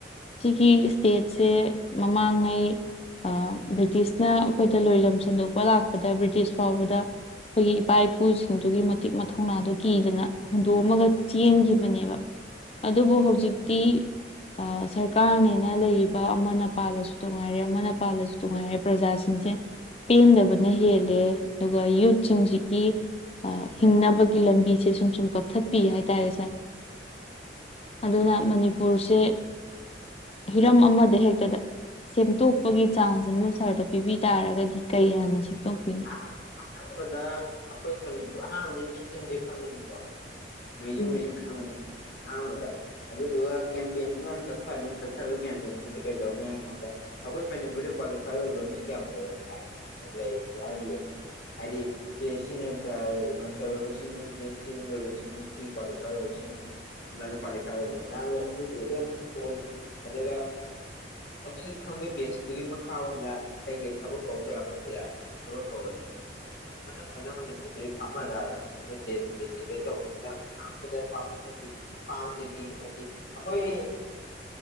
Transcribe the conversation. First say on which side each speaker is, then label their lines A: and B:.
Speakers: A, on the left; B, on the left.
A: ꯁꯤꯒꯤ ꯏꯁꯇꯦꯠꯁꯦ ꯃꯃꯥꯡꯉꯩ ꯑꯥ ꯕ꯭ꯔꯤꯇꯤꯁꯅ ꯑꯩꯈꯣꯏꯗ ꯂꯣꯏꯂꯝ ꯁꯟꯗꯣꯛꯄ ꯂꯥꯛꯄꯗ ꯕ꯭ꯔꯤꯇꯤꯁ ꯐꯥꯎꯕꯗ ꯑꯩꯈꯣꯏꯒꯤ ꯏꯄꯥ ꯏꯄꯨꯁꯤ ꯁꯤꯡꯗꯨꯒꯤ ꯃꯇꯤꯛ ꯃꯊꯧꯅꯥꯗꯨ ꯀꯤꯗꯅ ꯍꯨꯟꯗꯣꯛꯑꯝꯃꯒ ꯆꯦꯟꯈꯤꯕꯅꯦꯕ ꯑꯗꯨꯕꯨ ꯍꯧꯖꯤꯛꯇꯤ ꯑꯥ ꯁꯔꯀꯥꯔꯅꯦꯅ ꯂꯩꯔꯤꯕ ꯑꯃꯅ ꯄꯥꯜꯂꯁꯨ ꯇꯨꯉꯥꯏꯔꯦ ꯑꯃꯅ ꯄꯥꯜꯂꯁꯨ ꯇꯨꯉꯥꯏꯔꯦ ꯄ꯭ꯔꯖꯥꯁꯤꯡꯁꯦ ꯄꯦꯟꯗꯕꯅ ꯍꯦꯜꯂꯦ ꯑꯗꯨꯒ ꯌꯨꯠꯁꯤꯡꯁꯤꯒꯤ ꯑꯥ ꯍꯤꯡꯅꯕꯒꯤ ꯂꯝꯕꯤꯁꯦ ꯁꯨꯝ ꯁꯨꯝ ꯀꯛꯊꯠꯄꯤ ꯍꯥꯏꯇꯥꯔꯦ ꯁꯥꯔ ꯑꯗꯨꯅ ꯃꯅꯤꯄꯨꯔꯁꯦ ꯍꯤꯔꯝ ꯑꯃꯗ ꯍꯦꯛꯇꯗ ꯁꯦꯝꯇꯣꯛꯄꯒꯤ ꯆꯥꯟꯁ ꯑꯃ ꯁꯥꯔꯗ ꯄꯤꯕꯤ ꯇꯥꯔꯒꯗꯤ ꯀꯩ ꯍꯥꯟꯅ ꯁꯦꯝꯇꯣꯛꯄꯤꯅꯤ
B: ꯑꯍꯥ ꯑꯍꯥꯟꯕꯗ ꯑꯈꯣꯏ ꯃꯅꯤꯄꯨꯔ ꯑꯍꯥꯟꯕꯁꯦ ꯃꯤꯁꯤꯡꯖꯦ ꯈꯪꯅꯤꯡꯉꯤꯀꯣ ꯌꯨꯝ
A: ꯎꯝ
B: ꯃꯁꯤꯡ ꯈꯪꯉꯅꯤ ꯑꯍꯥꯟꯕꯗ ꯑꯗꯨꯗꯨꯒ ꯀꯦꯝꯄꯦꯟꯒꯨꯝꯕꯃ ꯆꯠꯊꯔꯅꯤ ꯆꯠꯊꯕ ꯀꯦꯝꯄꯦꯟꯗꯨꯗ ꯀꯩꯗꯧꯅꯤ ꯍꯥꯏ ꯀꯥꯟꯗ ꯑꯈꯣꯏ ꯃꯅꯤꯄꯨꯔꯗ ꯀ꯭ꯋꯥꯂꯤꯐꯥꯏ ꯑꯣꯏꯕ ꯃꯤ ꯀꯌꯥꯝ ꯂꯩꯔꯣꯏ ꯍꯥꯏꯅꯤ ꯂꯩꯗꯤ ꯍꯥꯏ ꯌꯦꯡꯉꯅꯤ ꯍꯥꯏꯗꯤ ꯆꯦ ꯁꯤ ꯅ ꯑꯥ ꯃꯥꯇꯔ ꯂꯣꯏꯕ ꯁꯤꯅꯤ ꯕꯤ ꯑꯦꯁ ꯁꯤ ꯂꯣꯏꯕ ꯁꯤꯅꯤ ꯁꯤ ꯀ꯭ꯋꯥꯂꯤꯐꯥꯏ ꯑꯣꯏꯕ ꯁꯤꯅꯤ ꯁꯤꯃꯅ ꯀ꯭ꯋꯥꯂꯤꯐꯥꯏ ꯑꯣꯏꯕꯗꯣ ꯃꯌꯥꯝ ꯂꯩ ꯑꯗꯨꯗꯣ ꯂꯣꯏ ꯈꯪꯇꯣꯛꯑꯅꯤ ꯑꯗꯨꯒ ꯑꯗꯨꯒꯤ ꯈꯪꯕꯩ ꯕꯦꯁꯇꯨꯒꯤ ꯃꯈꯥ ꯑꯣꯏꯅ ꯀꯩꯀꯩ ꯊꯕꯛ ꯀꯧꯕ ꯌꯥꯕ ꯊꯤꯔꯛꯑꯅꯤ ꯊꯕꯛ ꯀꯧꯔꯅꯤ ꯑꯗꯨꯒ ꯑꯅꯝꯕꯅ ꯃꯅꯤꯄꯨꯔꯒꯤ ꯐꯥꯔꯃꯔꯗ ꯑꯅꯝꯕ <unintelligible> ꯗꯤꯄꯦꯟ ꯇꯧꯕꯅꯤꯅ ꯑꯍꯥꯟꯕꯗ ꯐꯥꯃꯔꯒꯤ ꯐꯥꯝꯖꯤꯒꯤ ꯍꯥꯏꯗꯤ ꯑꯈꯣꯏ